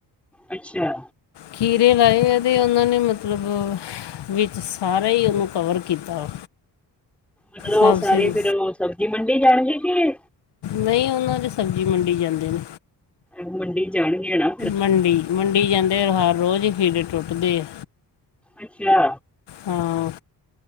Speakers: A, in the centre; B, on the left (about 75°).
A: ਅੱਛਾ
B: ਖੀਰੇ ਲਾਏ ਆ ਅਤੇ ਉਹਨਾਂ ਨੇ ਮਤਲਬ ਵਿੱਚ ਸਾਰਾ ਹੀ ਉਹਨੂੰ ਕਵਰ ਕੀਤਾ
A: ਮਤਲਬ
B: ਸਬਸਿਡੀ
A: ਉਹ ਸਾਰੇ ਫੇਰ ਸਬਜ਼ੀ ਮੰਡੀ ਜਾਣਗੇ ਕੇ
B: ਨਹੀਂ ਉਹਨਾਂ ਦੇ ਸਬਜ਼ੀ ਮੰਡੀ ਜਾਂਦੇ ਨੇ
A: ਮੰਡੀ ਜਾਣਗੇ ਹੈਨਾ
B: ਮੰਡੀ-ਮੰਡੀ ਜਾਂਦੇ ਹਾਰ ਰੋਜ਼ ਹੀ ਖੀਰੇ ਟੁੱਟਦੇ ਆ
A: ਅੱਛਾ
B: ਹਾਂ